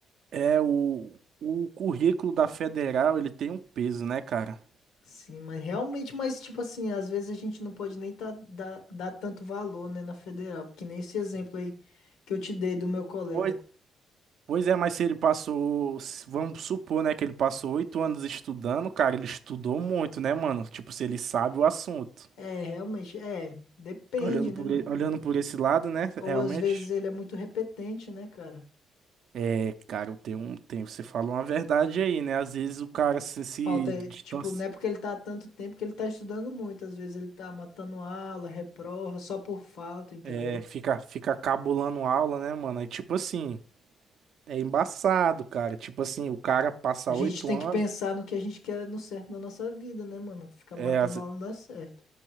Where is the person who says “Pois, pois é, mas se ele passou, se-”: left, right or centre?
Right